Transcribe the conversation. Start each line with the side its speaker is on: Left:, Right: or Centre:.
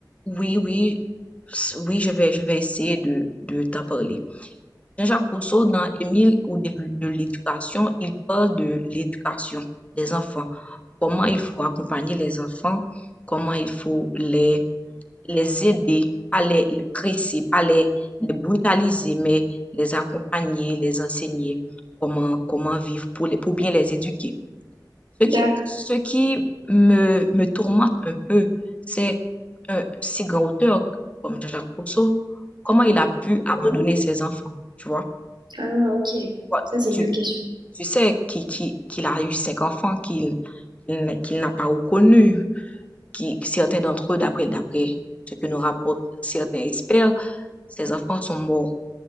Left: Oui, oui, s- oui, je vais, je vais essayer de, de t'en parler. Jean-Jacques Rousseau, dans Émile au début de l'éducation, il parle de l'éducation des enfants. Comment il faut accompagner les enfants, comment il faut les, les aider, pas les, les presser, pas les, les brutaliser, mais les accompagner, les enseigner comment, comment vivre pour les, pour bien les éduquer. Ce qui,
Right: D'accord.
Left: ce qui me, me tourmente un peu, c'est un si grand auteur comme Jean-Jacques Rousseau, comment il a pu abandonner ses enfants, tu vois?
Right: Ah, ok.
Left: Ouais,
Right: Ça, c'est
Left: Tu,
Right: une bonne question.
Left: tu sais qu'il qu'il- qu'il a eu cinq enfants qu'il qu'il n'a qu'il n'a pas reconnus, qui certains d'entre eux, d'après d'après ce que nous rapportent certains experts, ses enfants sont morts